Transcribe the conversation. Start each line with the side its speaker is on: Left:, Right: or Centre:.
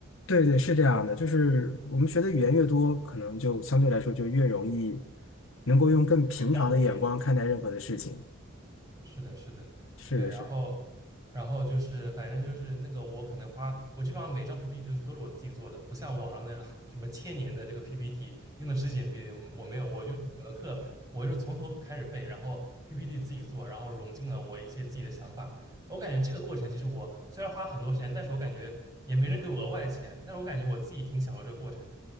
Left: 对对，是这样的，就是我们学的语言越多，可能就相对来说就越容易能够用更平常的眼光看待任何的事情。
Right: 对，包容一点。对。是的，是的，
Left: 是的，
Right: 对，然后，
Left: 是的
Right: 然后就是，反正就是那个，我可能花，我基本上每张 PPT 都是都是我自己做的，不像网上那样什么千年的这个 PPT，用的十几年 PPT，我没有，我就是选了课，我就是从头开始背，然后 PPT 自己做，然后融进了我一些自己的想法。我感觉这个过程其实我虽然花了很多时间，但是我感觉也没人给我额外的钱，但是我感觉我自己挺享受这个过程的。